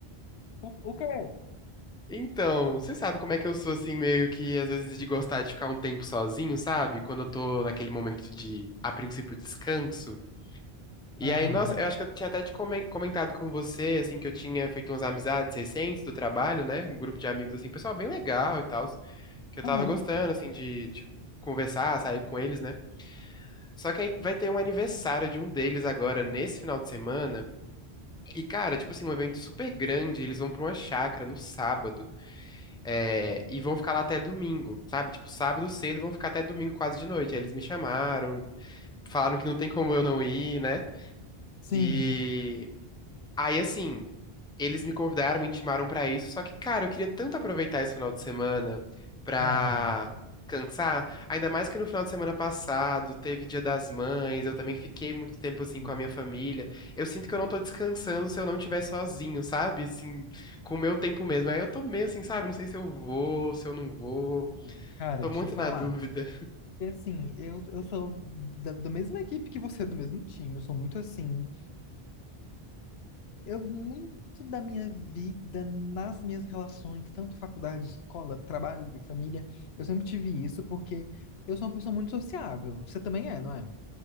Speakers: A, on the left; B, in the centre.
A: O, o quê?
B: Então, você sabe como é que eu sou, assim, meio que às vezes de gostar de ficar um tempo sozinho, sabe? Quando eu tô naquele momento de, a princípio, descanso. E
A: Aham,
B: aí, nossa, eu acho que eu tinha até te comen- comentado com você, assim, que eu tinha feito umas amizades recentes do trabalho, né? Um grupo de amigos, assim, pessoal bem legal e tal. que eu tava
A: aham.
B: gostando, assim, de, de conversar, sair com eles, né? Só que aí vai ter um aniversário de um deles agora, nesse final de semana. E, cara, tipo assim, um evento super grande. Eles vão pra uma chácara no sábado. é, e vão ficar lá até domingo, sabe? Tipo, sábado cedo vão ficar até domingo quase de noite. Aí eles me chamaram, falaram que não tem como eu não ir, né?
A: Sim,
B: E. Aí, assim, Eles me convidaram, me intimaram pra isso, só que, cara, eu queria tanto aproveitar esse final de semana pra
A: cara.
B: cansar, ainda mais que no final de semana passado teve Dia das Mães, eu também fiquei muito tempo assim
A: Hum,
B: com a minha família. Eu sinto que eu não tô descansando se eu não estiver sozinho, sabe? Assim, com o meu tempo mesmo. Aí eu tô meio assim, sabe? Não sei se eu vou, se eu não vou.
A: hum. Cara,
B: Tô
A: te
B: muito
A: falar.
B: na dúvida.
A: E assim, eu, eu sou da, da mesma equipe que você, do mesmo time. Eu sou muito assim. Eu, muito da minha vida, nas minhas relações, tanto faculdade, escola, trabalho, família, eu sempre tive isso porque eu sou uma pessoa muito sociável. Você também é, não é?